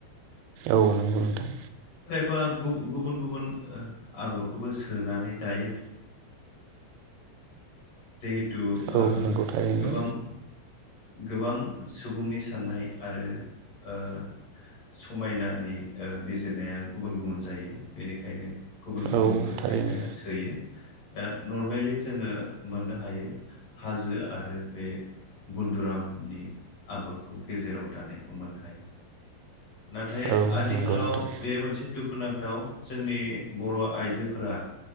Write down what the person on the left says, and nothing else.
बा गुब गुबुन गुबुन आगरखौबो सोनानै दायो जे जिहेथु
ओ
गोबां गोबां सुबुंनि साननाय आरो ओ समायनानि ओ बिजिरनाया गुबुन गुबुन जायो बेनिखायनो। गुबुन गुबुनबो
खायफाया
सोयो दा नर्मेलि जोङो मोननो हायो हाजो आरो बे बुनन्दुरामनि आगरखौ गेजेराव दानायखौ मोननो हायो नाथाय
आथिखालाव
बे मोनसे दुखुनांथाव जोंनि बर' आइजोफोरा